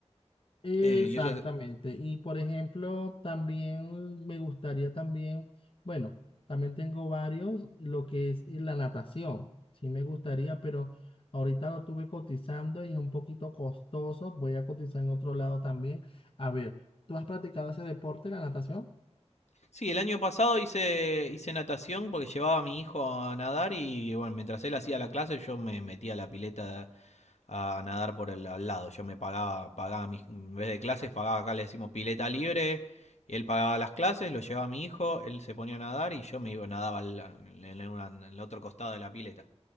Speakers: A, on the left; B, on the left.
A: Exactamente.
B: Eh, y eso es,
A: Y por ejemplo, también me gustaría también, bueno, también tengo varios, lo que es la natación. Sí me gustaría, pero ahorita lo tuve cotizando y es un poquito costoso. Voy a cotizar en otro lado también. A ver, ¿tú has practicado ese deporte, la natación?
B: Sí, el año pasado hice, hice natación porque llevaba a mi hijo a nadar y bueno, mientras él hacía la clase yo me metía a la pileta a nadar por el al lado. Yo me pagaba, pagaba mis, en vez de clases, pagaba acá le decimos pileta libre, y él pagaba las clases, lo llevaba a mi hijo, él se ponía a nadar y yo me iba, nadaba al- al- en, una- en el otro costado de la pileta.